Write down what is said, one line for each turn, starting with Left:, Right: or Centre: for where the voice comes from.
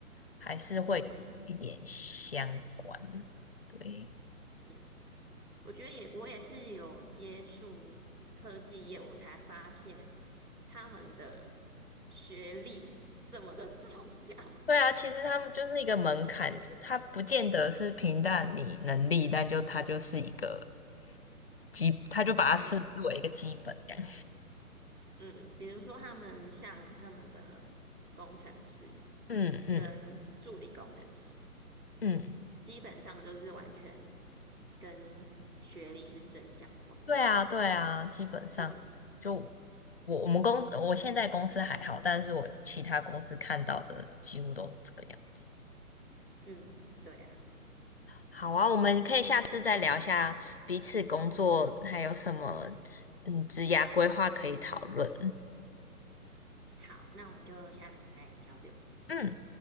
Left: 还是会有一点相关。
Right: 嗯
Left: 对，
Right: 嗯，我觉得也，我也是有接触科技业，我才发现他们的学历这么的 <laughs> 重要。
Left: 对啊，其实他们就是一个门槛，
Right: <laughs> 嗯，
Left: 就他不见得是平淡你能力，但就他就是一个基，他就把它视为一个基本这样。
Right: 对。嗯，比如说他们像他们的工程师
Left: 嗯嗯
Right: 跟助理工程师，
Left: 嗯。
Right: 基本上就是完全跟学历是正相关的。
Left: 对啊，对啊，基本上是就
Right: 嗯
Left: 我我们公司，我现在公司还好，但是我其他公司看到的几乎都是这个样子。
Right: 嗯，对啊。
Left: 好啊，我们可以下次再聊一下彼此工作还有什么嗯职涯规划可以讨论。
Right: 好，那我们就下次再交流。
Left: 嗯。